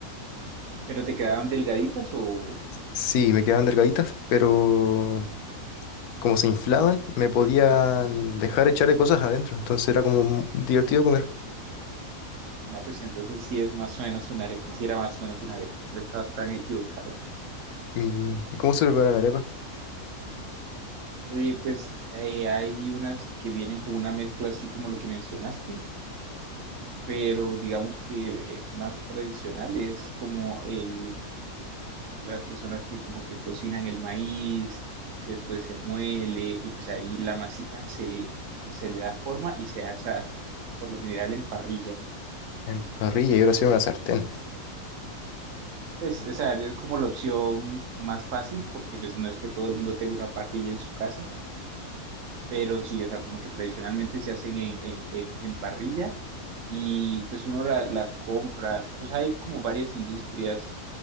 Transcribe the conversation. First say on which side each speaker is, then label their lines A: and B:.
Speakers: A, on the right; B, on the left.
A: ¿Pero te quedaban delgaditas o...?
B: Sí, me quedaban delgaditas, pero como se inflaban, me podían dejar echarle cosas adentro. Entonces era como mu- divertido comer.
A: No, pues entonces sí es más o menos un arepa, sí era más o menos un arepa, no estabas tan equivocado.
B: ¿Y cómo se prepara la arepa?
A: Y pues eh, hay unas que vienen con una mezcla así como lo que mencionaste, pero digamos que eh, más tradicional es como eh, las personas que como que cocinan el maíz, después se muele y pues ahí la masita se, pues, se le da forma y se asa por lo general en parrilla.
B: En parrilla y ahora sí en una sartén.
A: Pues, o sea, es como la opción más fácil porque pues no es que todo el mundo tenga una parrilla en su casa, pero sí, o sea, como que tradicionalmente se hacen en, en, en- en parrilla y pues uno la- las compra, pues hay como varias industrias